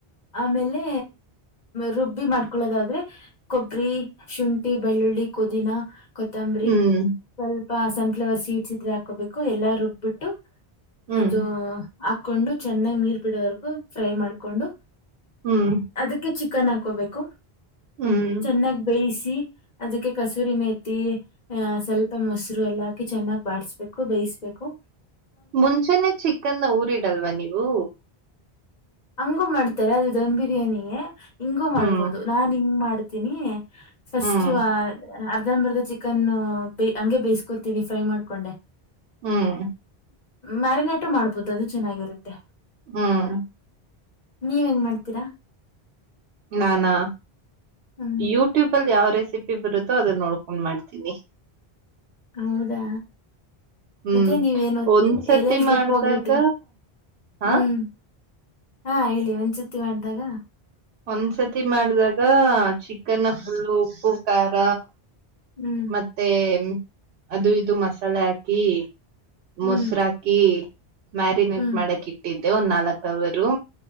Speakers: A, on the left; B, on the right.
A: ಆಮೇಲೆ ರುಬ್ ಬಿ ಮಾಡ್ಕೊಳ್ಳೋದಾದ್ರೆ ಕೊಬ್ಬರಿ ಶುಂಠಿ ಬೆಳ್ಳುಳ್ಳಿ ಕುದಿನ ಕೊತ್ತಂಬರಿ
B: ಹ್ಮ್
A: ಸ್ವಲ್ಪ ಸನ್ಫ್ಲವರ್ ಸೀಡ್ಸ್ ಇದ್ರೆ ಹಾಕೋಬೇಕು ಎಲ್ಲಾ ರುಬ್ಬಿಟ್ಟು
B: ಹ್ಮ್
A: ಅದು ಹಾಕೊಂಡು ಚೆನ್ನಾಗ್ ನೀರ್ ಬಿಡೋವರೆಗು ಫ್ರೈ ಮಾಡ್ಕೊಂಡು
B: ಹ್ಮ್
A: ಅದಕ್ಕೆ ಚಿಕನ್ ಹಾಕೋಬೇಕು
B: ಹ್ಮ್
A: ಚೆನ್ನಾಗ್ ಬೇಯಿಸಿ ಅದಕ್ಕೆ ಕಸೂರಿ ಮೇತಿ ಸ್ವಲ್ಪ ಮೊಸರು ಎಲ್ಲ ಹಾಕಿ ಚೆನ್ನಾಗಿ್ ಬಬೇಕು ಬೇಕು
B: ಮುಂಚೆಾನನೆ ಚಿಕನ್ ಊರಿಡಲ್ವಾ ನೀವು
A: ಹಂಗು ಮಾಡ್ತಾರೆ ಅದು ಧಮ್ ಬಿರಿಯಾನಿ ಹಿಂಗೂ ಮಾಡ್ಬೋದು
B: ಹ್ಮ್
A: ನಾ ಹಿಂಗ ಮಾಡ್ತೀನಿ ಫಸ್ಟು
B: ಹ್ಮ್
A: ಅರ್ಧನ್ ಮರ್ದ ಚಿಕನ್ ಹಂಗಗೆ ಬೇಯಿಸಕೊತೀನಿ ಫ್ರೈ ಮಾಡ್ಕೊಂಡೆ
B: ಹ್ಮ್
A: ಮ್ಯಾರಿನೇಟು ಮಾಡ್ಬೋದು ಅದು ಚೆನ್ನಾಗಿರುತ್ತೆ
B: ಹ್ಮ್
A: ನೀವ ಹೆಂಗ ಮಾಡ್ತೀರಾ
B: ನಾನಾ
A: ಹ್ಮ್
B: ಯೂಟ್ಯೂಬ ಅಲ್ಲಿ ಯಾವ ರ ಸಿಪ್ಪಿ ಬರುತ್ತೋ ಅದನ್ನ ನೋಡ್ಕೊಂಡ್ ಮಾಡ್ತೀನಿ
A: ಹೌದಾ
B: ಹ್ಮ್
A: ಮತ್ತೆ ನೀವ್ ನ ಹೊತ್ತಿ
B: ಒಂದ್ಸತಿ
A: ಎಲ್ಲೆಲ್ ಟ್ರಿಪ್
B: ಮಾಡ್ದಾಗ
A: ಹೋಗಿದ್ರಿ
B: ಹ
A: ಹ್ಮ್ ಹಾ ಹೇಳಿ ಒಂಸತಿ ಮಾಡ್ದಾಗ
B: ಒಂದ್ಸತಿ ಮಾಡಿದಾಗ ಚಿಕನ್ ಪುಲ್ಲು ಉಪ್ಪು ಖಾರ
A: ಹ್ಮ್
B: ಮತ್ತೆ ಅದು ಇದು ಮಸಾಲೆ ಹಾಕಿ
A: ಹ್ಮ್
B: ಮೊಸರಾಕಿ ಮ್ಯಾರಿನೇಟ್
A: ಹ್ಮ್
B: ಮಾಡಕ್ ಇಟ್ಟಿದ್ದೆ ಒಂದ್ ನಾಲ್ಕ್ ಅವರು